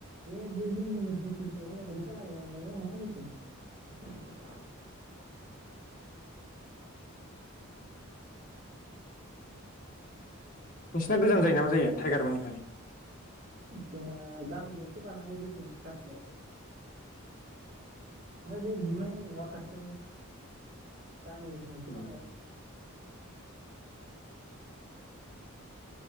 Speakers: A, on the right; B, on the left.
A: बे बे जुननि नो फुसिस आव होन्नाय बादि खोनादोंमोन आं। नंगौना नङा जेखुनु।
B: नोंसिना गोजान जायो ना मा जायो टाइगारमोननिफ्राय?
A: जोंना गामि दरसे बारनांगौ जिखुनु खाथि। ओमफ्राय बे बिमायनि नआ खाथियावनो। गामि मोनसेखा
B: उम
A: नालाय।